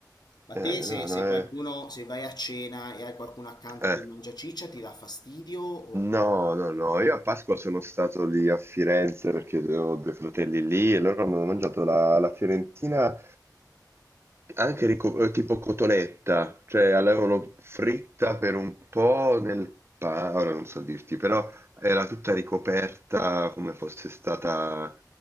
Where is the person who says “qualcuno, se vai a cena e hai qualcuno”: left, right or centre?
Left